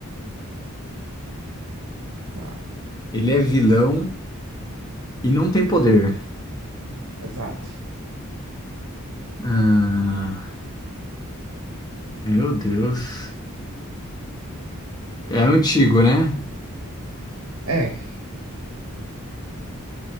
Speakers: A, on the right; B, on the left.
A: Tá,
B: Ele é vilão e não tem poder.
A: exato.
B: Ah, meu Deus. É antigo, né?
A: É.